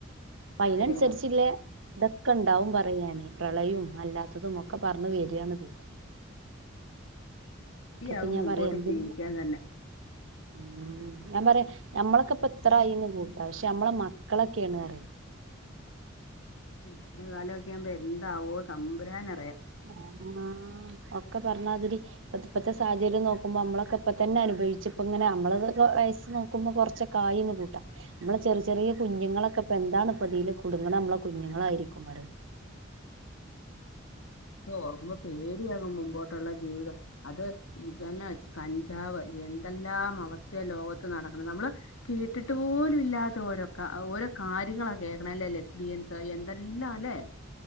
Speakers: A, on the right; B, on the left.
A: അപ്പൊ അയ്നനുസരിചുള്ള
B: പേടിയാണ്
A: ഇതൊക്കെ ഉണ്ടാവും പറയാനേ പ്രളയം അല്ലാത്തതും ഒക്കെ പറഞ്ഞു വരിയാണത്
B: സത്യയാകും
A: ഇപ്പൊ ഞാൻ
B: മുമ്പോട്ട്
A: പറയാ എ
B: ജീവിക്കാൻ തന്നെ
A: ഉം ഞാൻ പറയാ ഞമ്മളൊക്കെ ഇപ്പ ഇത്രായിന്ന് കൂട്ട പക്ഷെ നമ്മളെ മക്കളൊക്കെയാണ് അറ
B: മക്കളടെ കാലമെക്കൊവുമ്പോ എന്താവോ താമ്പുരാനറിയാം
A: ആഹ് ഒക്കെ പറഞ്ഞാതിരി ഇപ്പ ഇപ്പത്തൊ സാഹചര്യം നോക്കുമ്പോ നമ്മളക്കെപ്പൊ തന്നെ അനുഭവിച്ച ഇപ്പ ഇങ്ങനെ നമ്മള് വയസ് നോക്കുമ്പോൾ കുറൊച്ച ക്കായിന്ന് കൂട്ടാം നമ്മള് ചെറിയ ചെറിയ കുഞ്ഞുങ്ങളൊക്കെ ഇപ്പ എന്താണ് ഇപ്പതിൽ കുടുങ്ങണ നമ്മള കുഞ്ഞുങ്ങള ആയിരിക്കും
B: ഓർക്കുമ്പോ പേടിയണ് മുമ്പോട്ടുള്ള ജീവിതം അത് ഇതന്നെ കഞ്ചാവ് എന്തെല്ലാം അവസ്ഥ ലോകത്ത് നടക്കണ നമ്മള് കേട്ടിട്ട് പോലും ഇല്ലാത്ത ഓരോ ഓരോ കാര്യങ്ങളാ കേക്കണല്ലേ ലെസ് ബീൻസ് എന്തെല്ലാം അല്ലേ